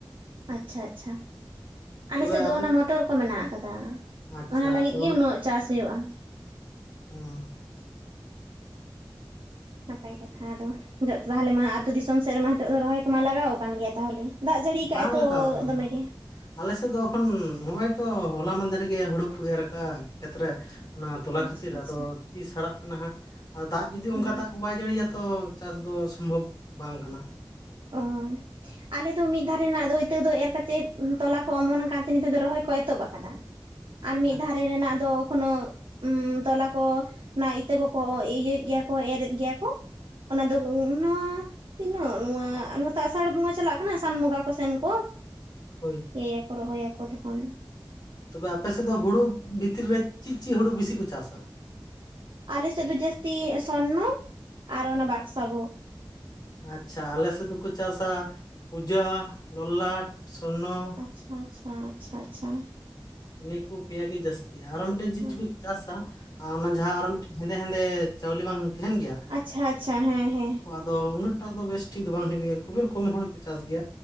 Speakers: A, on the right (about 75°); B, on the left (about 50°).
A: ᱟᱪᱪᱷᱟ ᱟᱪᱪᱷᱟ ᱾ ᱟᱞᱮ
B: ᱛᱚᱵᱮ
A: ᱥᱮᱫ ᱫᱚ
B: ᱟᱯᱮ
A: ᱚᱱᱟ ᱢᱚᱴᱚᱨ ᱠᱚ ᱢᱮᱱᱟᱜ ᱠᱟᱫᱟ
B: ᱟᱪᱪᱷᱟ
A: ᱚᱱᱟ ᱞᱟᱹᱜᱤᱫ
B: ᱟᱫᱚ
A: ᱜᱮ ᱩᱱᱟᱹᱜ ᱪᱟᱥ ᱦᱩᱭᱩᱜᱼᱟ ᱾
B: ᱦᱩᱸ
A: ᱱᱟᱯᱟᱭ ᱠᱟᱛᱷᱟ ᱟᱫᱚ ᱡᱚᱛ ᱛᱟᱦᱚᱞᱮ ᱢᱟ ᱟᱹᱛᱩ ᱫᱤᱥᱚᱢ ᱥᱮᱫ ᱨᱮᱢᱟ ᱦᱤᱛᱚᱜ ᱫᱚ ᱨᱚᱦᱚᱭ ᱠᱚᱢᱟ ᱞᱟᱜᱟᱣ ᱟᱠᱟᱱ ᱜᱮᱭᱟ ᱛᱟᱦᱚᱞᱮ? ᱫᱟᱜ ᱡᱟᱹᱲᱤ ᱠᱟᱜᱟᱭ
B: ᱵᱟᱝ
A: ᱛᱚ
B: ᱞᱟᱜᱟᱣ ᱟᱠᱟᱱᱟ
A: ᱫᱚᱢᱮᱜᱮ ᱾
B: ᱟᱞᱮ ᱥᱮᱫ ᱫᱚ ᱮᱠᱷᱚᱱ ᱦᱚᱜᱼᱚᱭ ᱛᱚ ᱦᱚᱞᱟ ᱢᱟᱫᱷᱮᱨ ᱨᱮ ᱜᱮ ᱦᱩᱲᱩ ᱠᱚ ᱮᱨ ᱠᱟᱜᱼᱟ ᱠᱷᱮᱛᱨᱮ ᱾ ᱚᱱᱟ ᱛᱚᱞᱟ
A: ᱟᱪᱪᱷᱟ
B: ᱠᱷᱟᱹᱛᱤᱨ
A: ᱟᱪᱪᱷᱟ
B: ᱟᱫᱚ ᱛᱤᱥ ᱦᱟᱨᱟᱜ ᱠᱟᱱᱟ ᱦᱟᱸᱜ ᱟᱨ ᱫᱟᱜ ᱡᱩᱫᱤ
A: ᱦᱩᱸ
B: ᱚᱝᱠᱟ ᱫᱟᱜ ᱠᱚ ᱵᱟᱭ ᱡᱟᱹᱲᱤᱭᱟ ᱛᱚ ᱪᱟᱥ ᱫᱚ ᱥᱚᱢᱵᱷᱚᱵᱽ ᱵᱟᱝ ᱠᱟᱱᱟ ᱾
A: ᱚ ᱟᱞᱮ ᱫᱚ ᱢᱤᱜ ᱫᱷᱟᱨᱮ ᱱᱟᱜ ᱫᱚ ᱤᱛᱟᱹ ᱫᱚ ᱮᱨ ᱠᱟᱛᱮᱫ ᱛᱚᱞᱟ ᱠᱚ ᱚᱢᱚᱱ ᱟᱠᱟᱱ ᱛᱮ ᱱᱤᱛᱚᱜ ᱫᱚ ᱨᱚᱦᱚᱭ ᱠᱚ ᱮᱛᱚᱦᱚᱵ ᱟᱠᱟᱫᱟ
B: <inaudible>
A: ᱾ ᱟᱨ ᱢᱤᱜ
B: ᱟᱪᱪᱷᱟ
A: ᱫᱷᱟᱨᱮ ᱨᱮᱱᱟᱜ ᱫᱚ ᱮᱠᱷᱚᱱᱳ <inaudible> ᱛᱚᱞᱟ ᱠᱚ ᱚᱱᱟ ᱤᱛᱟᱹ ᱠᱚᱠᱚ ᱤᱭᱟᱹᱭᱮᱫ ᱜᱮᱭᱟ ᱠᱚ ᱮᱨᱮᱫ ᱜᱮᱭᱟ ᱠᱚ ᱾ ᱚᱱᱟ ᱫᱚ ᱱᱚᱣᱟ ᱛᱤᱱᱟᱹᱜ, ᱱᱚᱣᱟ ᱱᱚᱛᱮ ᱟᱥᱟᱲ ᱵᱚᱸᱜᱟ ᱪᱟᱞᱟᱜ ᱠᱟᱱᱟ ᱥᱟᱱ ᱵᱚᱸᱜᱟ ᱠᱚ ᱥᱮᱱ ᱠᱚ
B: ᱦᱳᱭ
A: ᱮᱭᱟᱠᱚ ᱨᱚᱦᱚᱭᱟᱠᱚ ᱛᱚᱠᱷᱚᱱ
B: ᱛᱚᱵᱮ ᱟᱯᱮᱥᱮᱫ ᱫᱚ ᱦᱩᱲᱩ ᱵᱷᱤᱛᱤᱨ ᱨᱮ ᱪᱤᱜ ᱪᱤᱜ ᱦᱩᱲᱩ ᱵᱤᱥᱤ ᱠᱚ ᱪᱟᱥᱟ?
A: ᱟᱞᱮᱥᱮᱫ ᱫᱚ ᱡᱟᱹᱥᱛᱤ ᱥᱚᱨᱱᱚ ᱟᱨ ᱚᱱᱟ ᱵᱟᱠᱥᱟ ᱵᱷᱳᱜᱽ ᱾
B: ᱟᱪᱪᱷᱟ ᱟᱞᱮᱥᱮᱫ ᱫᱚᱠᱚ ᱪᱟᱥᱟ ᱯᱩᱡᱟᱹ, ᱞᱚᱞᱟᱴ, ᱥᱚᱨᱱᱚ ᱾
A: ᱟᱪᱪᱷᱟ-ᱟᱪᱪᱷᱟ ᱟᱪᱪᱷᱟ-ᱟᱪᱪᱷᱟ ᱾
B: ᱱᱤᱠᱩ ᱯᱮᱭᱟᱜᱤ ᱡᱟᱹᱥᱛᱤ ᱟᱨᱚ ᱢᱤᱫᱴᱮᱱ ᱪᱤᱜ
A: ᱦᱮᱸ
B: ᱪᱩᱠᱩ ᱪᱟᱥᱟ ᱟᱨ ᱚᱱᱟ ᱡᱟᱦᱟᱸ ᱟᱨᱚ ᱢᱤᱛᱴᱮᱱ ᱦᱮᱸᱫᱮᱱ ᱛᱮ ᱪᱟᱣᱞᱮ ᱵᱟᱝ ᱛᱟᱦᱮᱱ ᱜᱮᱭᱟ ᱾
A: ᱟᱪᱪᱷᱟ ᱟᱪᱪᱷᱟ ᱦᱮᱸ ᱦᱮᱸ
B: ᱫᱚ ᱩᱱᱟᱹᱜ ᱴᱟᱜ ᱫᱚ ᱵᱮᱥ ᱴᱷᱤᱠ ᱫᱚ ᱵᱟᱝ ᱦᱩᱭᱩᱜ ᱜᱮᱭᱟ ᱠᱷᱩᱵᱮ ᱠᱚᱢ ᱦᱚᱲ ᱠᱚ ᱪᱟᱥ ᱜᱮᱭᱟ